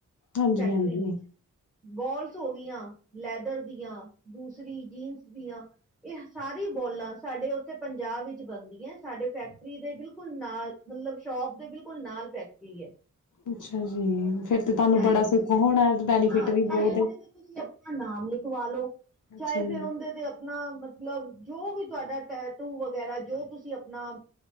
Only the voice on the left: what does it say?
ਹਾਂਜੀ
ਹਾਂਜੀ
ਅੱਛਾ ਜੀ ਫੇਰ ਤੇ ਤੁਹਾਨੂੰ
ਬੜਾ
ਸੁੱਖ ਹੋਣਾ ਬੈਨੀਫਿਟ
ਵੀ
ਬਹੁਤ
ਏ
ਅੱਛਾ ਜੀ